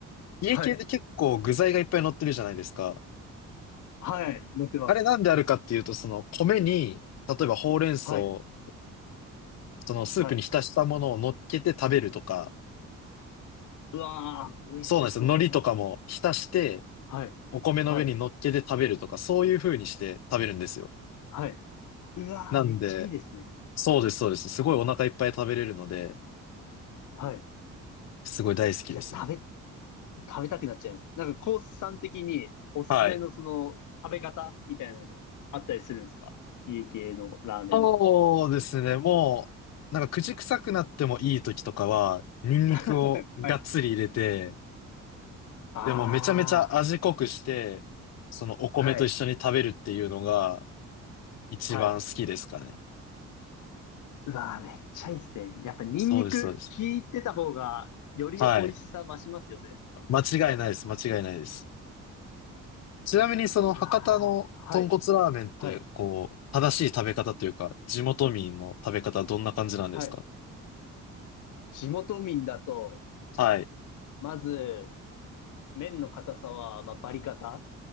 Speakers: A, on the left (about 60°); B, on the left (about 75°).
A: 家系で結構具材がいっぱい乗ってるじゃないですか。
B: はい。はい。乗ってます。
A: あれなんであるかっていうと、その米に、例えばほうれん草を
B: はい。
A: そのスープに浸したものを乗っけて食べるとか、
B: はい。うわー、美味しそ
A: そうなんですよ。海苔とかも浸して、
B: う。はい。
A: お米の上に乗っけて食べるとか、
B: はい。
A: そういう風にして食べるんですよ。
B: はい。うわー、
A: なんで、
B: めっちゃいいですね。
A: そうです、そうです。すごいお腹いっぱい食べれるので、
B: はい。い
A: すごい大好きですね。
B: や、食べ、食べたくなっちゃいます。なんか、コースさん的におすすめのその、
A: はい。
B: 食べ方みたいなのあったりするんですか家系のラーメンで。
A: そうですね。もう、なんか口臭くなってもいい時とかは、ニンニクをがっつり入れて、
B: <laughs> はい。<laughs> あ
A: でもめちゃめちゃ味濃くして、そのお米と一緒に食べるっていうのが
B: あ、はい。
A: 一番好きですかね。
B: はい。うわー、めっちゃいいですね。やっぱニンニク効いてた方が、
A: そうです、そうです。
B: より美味しさ増しますよね。
A: はい。
B: 多分。
A: 間違いないです。間違いないです。ちなみにその博多の豚骨ラーメンって、
B: うわー、はい。はい。
A: こう、正しい食べ方というか、地元民の食べ方はどんな感じなんですか
B: はい。地元民だと、
A: はい。
B: まず、麺の硬さは、まあ、バリ硬。